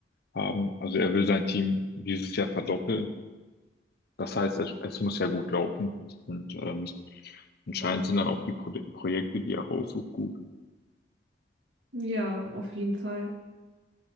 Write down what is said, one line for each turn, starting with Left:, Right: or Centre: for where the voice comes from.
Left: haben. Also er will sein Team dieses Jahr verdoppeln. Das heißt, es, es muss ja gut laufen. Und ähm, anscheinend sind dann auch die Pro Projekte, die er raussucht, gut.
Right: Ja, auf jeden Fall.